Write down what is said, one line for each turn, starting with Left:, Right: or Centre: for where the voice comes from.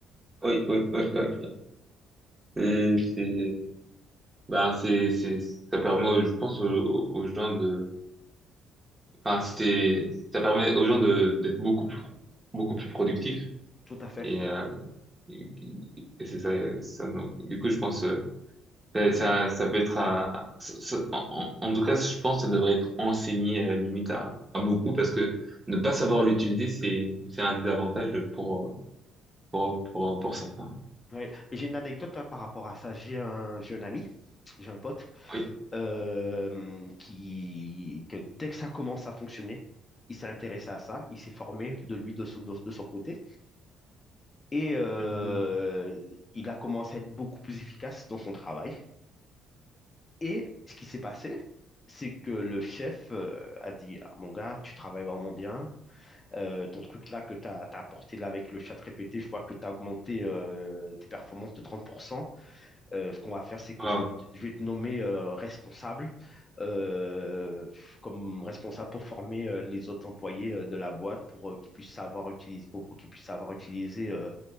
Right: oui, oui, oui, oui. C'est-
Left: Donc,
Right: c'est- Ben, c'est, c'est, ça permet, aux- je pense, aux, aux gens de, enfin, c'est, ça permet aux gens de, d'être beaucoup plus, beaucoup plus productifs.
Left: tout à fait.
Right: Et, euh, et- et c'est ça, ça, donc, du coup, je pense, euh, ça, ça ça peut être à, ça- ça- en, en en tout cas, je pense que ça devrait être enseigné, euh, limite à, à beaucoup parce que ne pas savoir l'utiliser, c'est, c'est un désavantage pour, pour, pour, pour certains.
Left: Ouais. Et j'ai une anecdote hein, par rapport à ça. J'ai un, j'ai un ami, j'ai un pote,
Right: Oui.
Left: euh, qui, que dès que ça commence à fonctionner, il s'est intéressé à ça, il s'est formé de lui, de son, de, de son côté, et euh,
Right: Mhm.
Left: il a commencé à être beaucoup plus efficace dans son travail. Et ce qui s'est passé, c'est que le chef euh, a dit, Ah, mon gars, tu travailles vraiment bien. Euh, ton truc là que tu as, apporté là avec le chat répété, je vois que tu as augmenté euh, tes performances de trente pour cent." Euh, ce qu'on va faire, c'est que
Right: Wow.
Left: je vais, te- je vais te nommer euh, responsable, euh, comme responsable pour former euh, les autres employés euh, de la boîte pour euh, qu'ils puissent savoir utiliser, pour, pour qu'ils puissent savoir utiliser euh,